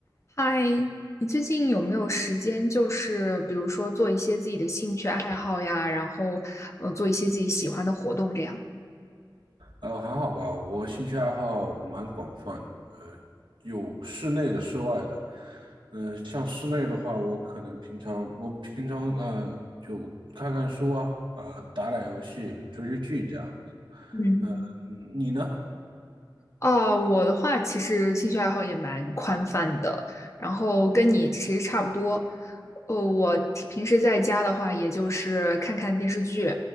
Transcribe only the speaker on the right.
呃，还好吧，我兴趣爱好蛮广泛的，呃，有室内的、室外的。嗯、像室内的话，我可能平常我平常呃就看看书啊，呃，打打游戏、追追剧这样子。
呃，你呢？